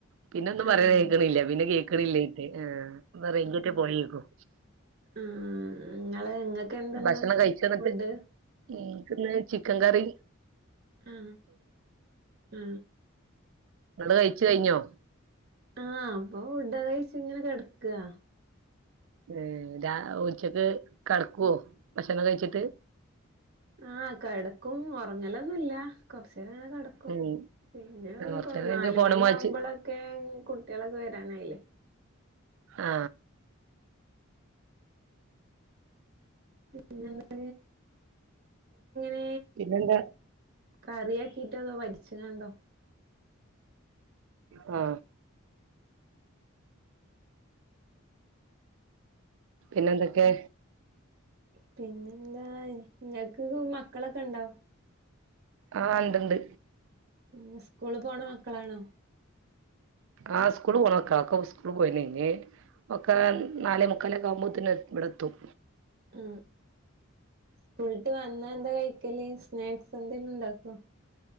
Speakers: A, on the right; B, on the right.
A: പിന്നെ ഒന്നും പറയൻ
B: ആഹ്
A: കേക്കണില്ല പിന്നെ കേക്കണില്ലായിട്ട് വേറെ ഇങ്കൾക്ക്
B: ആഹ്
A: പോയേൽക്കും
B: ആഹ് ഇങ്ങള് ഇങ്ങക്ക് എന്താണ്
A: ഭക്ഷണം കഴിച്ചോന്നിട്ട്
B: ഫുഡ്
A: ഇന്ക്ക് ന്ന് ചിക്കകറി
B: ആ ആ
A: ങ്ങള് കഴിച്ച് കഴിഞ്ഞോ
B: ആ അപ്പൊ ഫുടകെ കഴിച്ചിങ്ങനെ കെടക്കാ
A: ഏഹ് ഉച്ചക്ക് കെടക്കുഓ ഭക്ഷണം കഴിച്ചിട്ട്
B: ആ കെടക്കും ഒറങ്ങലൊന്നുല്ല കൊറച്ച് കൊറച്ചേരെങ്ങനെ കെടക്കും
A: ഉം
B: പിന്നെ
A: കൊറച്ച് നേരം കഴിഞ്ഞ്
B: നാലുമണിയാവുമ്പോളോക്കെ
A: ഫോണുമ്മ കളിച്ച്
B: കുട്ടിളൊക്കെ വരാനയിലെ വില്ലേ
A: ആ
B: പിന്നെന്താ ടെ
A: പിന്നെന്താ
B: കറിയാക്കിട്ടൊക്കെ വറ്റിച്ച് കാണ് ണ്ടോ
A: ആ പിന്നെ എന്തൊക്കെ
B: പിന്നെന്താ ഞക്ക് മക്കളൊക്കെണ്ടോ
A: ആ ണ്ട്ണ്ട്
B: പിന്നെ സ്കൂള് പോണ മക്കളാണോ
A: ആ സ്കൂള് പോണതൊക്കെ ഒക്കെ സ്കൂള് പോയിനി ഞി ഒക്കെ നാലേമുക്കാലൊക്കെ ആവുമ്പോ തന്നെ ഇവിടെത്തും
B: ആ സ്കൂളിട്ട് വന്നാ എന്താ കഴിക്കല് സ്നാക്സ് എന്തെങ്കിലുണ്ടാക്കോ